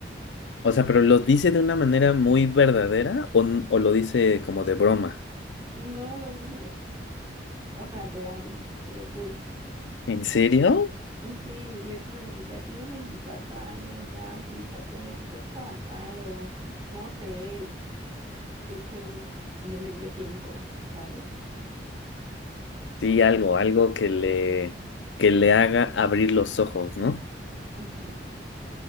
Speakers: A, on the left; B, on the right.
A: o sea, pero lo dice de una manera muy verdadera o, n- o lo dice como de broma.
B: No lo dicen, o sea, real, te lo juro.
A: ¿En serio?
B: Sí, y es como de, ya tienes 24 años, ya aplícate, métete a trabajar o no sé, yo qué sé, de medio tiempo, ¿sabes?
A: Sí, algo,
B: Por-
A: algo que le, que le haga abrir los ojos, ¿no?
B: Ujú,